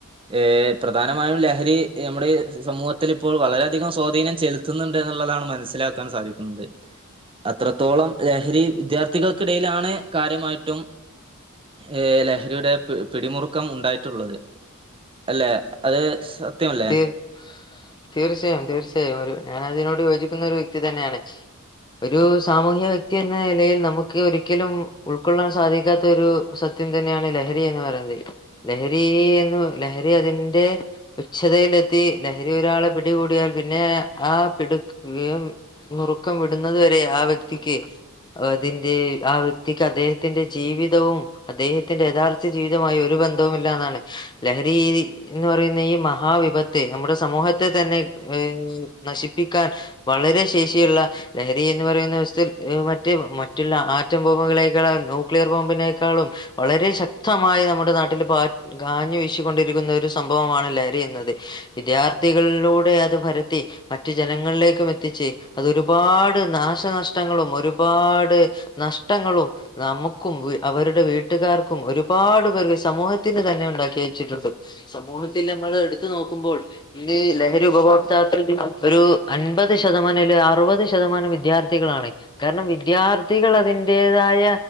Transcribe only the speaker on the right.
ഏ പ്രധാനമായും ലഹരി നമ്മുടെ സമൂഹത്തിൽ ഇപ്പോൾ വളരെയധികം സ്വാധീനം ചെലുത്തുന്നുണ്ട് എന്നുള്ളതാണ് മനസ്സിലാക്കാൻ സാധിക്കുന്നത് അത്രത്തോളം ലഹരി വിദ്യാർത്ഥികൾക്കിടയിലാണ് കാര്യമായിട്ടും ഏർ ലഹരിയുടെ പി പിടിമുറുക്കം ഉണ്ടായിട്ടുള്ളത് അല്ലെ അത് സത്യമല്ലേ